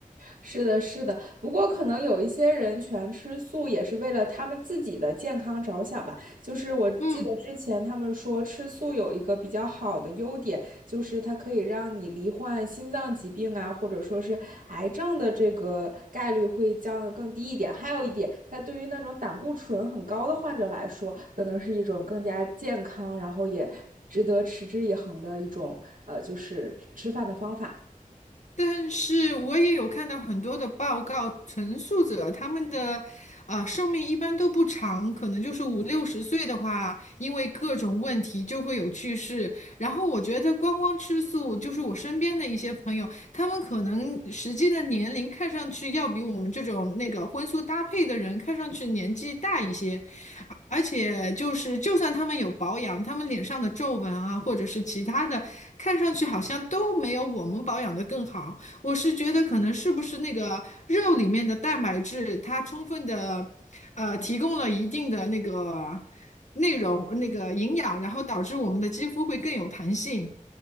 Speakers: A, on the right; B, on the left.
A: 是的，是的。不过可能有一些人全吃素也是为了他们自己的健康着想吧。就是我记得之前他们说吃素有一个比较好的优点，
B: 嗯。
A: 就是它可以让你罹患心脏疾病啊，或者说是癌症的这个概率会降得更低一点。还有一点，它对于那种胆固醇很高的患者来说，可能是一种更加健康，然后也值得持之以恒的一种呃，就是吃饭的方法。
B: 但是我也有看到很多的报告，陈述者他们的啊、呃寿命一般都不长，可能就是五六十岁的话，因为各种问题就会有去世。然后我觉得光光吃素，就是我身边的一些朋友，他们可能实际的年龄看上去要比我们这种那个荤素搭配的人看上去年纪大一些，而且就是，就算他们有保养，他们脸上的皱纹啊，或者是其他的，看上去好像都没有我们保养的更好。我是觉得，可能是不是那个肉里面的蛋白质，它充分的，呃，提供了一定的那个内容、那个营养，然后导致我们的肌肤会更有弹性。